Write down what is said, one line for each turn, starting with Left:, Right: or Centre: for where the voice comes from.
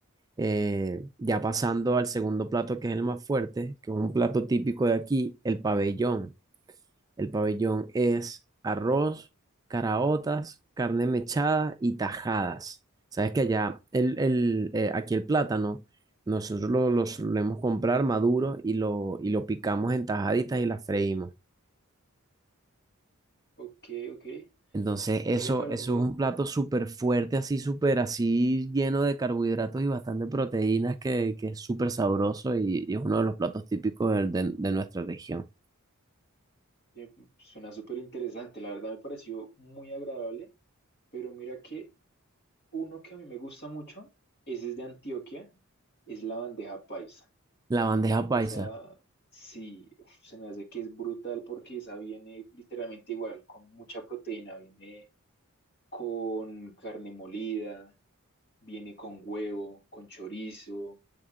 Right: eh, ya pasando al segundo plato que es el más fuerte, que es un plato típico de aquí, el pabellón. El pabellón es arroz, caraotas, carne mechada y tajadas. Sabes que allá, el, el, eh, aquí el plátano, nosotros lo, lo solemos comprar maduro y lo, y lo picamos en tajaditas y las freímos.
Left: Ok, ok.
Right: Entonces, eso,
Left: Mira que hablando
Right: eso
Left: de...
Right: es un plato súper fuerte, así, súper así, lleno de carbohidratos y bastante proteínas, que, que es súper sabroso y, y es uno de los platos típicos del- de, de nuestra región.
Left: eh, Suena súper interesante, la verdad me pareció muy agradable, pero mira que Uno que a mí me gusta mucho, ese es de Antioquia, es la bandeja paisa.
Right: La bandeja paisa.
Left: Esa sí, uf, se me hace que es brutal porque esa viene literalmente igual, con mucha proteína, viene con carne molida, viene con huevo, con chorizo,